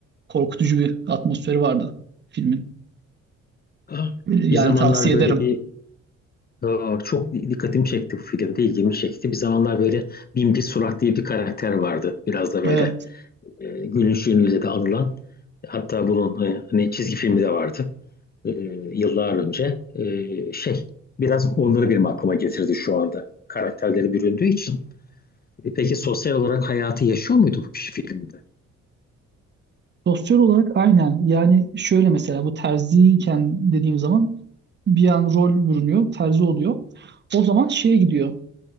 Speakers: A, on the right; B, on the left.
A: korkutucu bir atmosferi vardı filmin.
B: Aa,
A: Ee, yani
B: Bir zamanlar
A: tavsiye
B: böyle
A: ederim.
B: bir aa, çok dikkatimi çekti bu filmde, ilgimi çekti. Bir zamanlar böyle Binbir Surat diye bir karakter vardı. Biraz da böyle
A: Evet.
B: e, gülüşüyle de anılan hatta bunun e, hani çizgi filmi de vardı e, yıllar önce E, şey biraz onları benim aklıma getirdi şu anda karakterleri büründüğü için. E, peki sosyal olarak hayatı yaşıyor muydu bu kişi filmde?
A: Sosyal olarak aynen. Yani şöyle mesela bu terziyken dediğim zaman bir an rol bürünüyor, terzi oluyor. O zaman şeye gidiyor.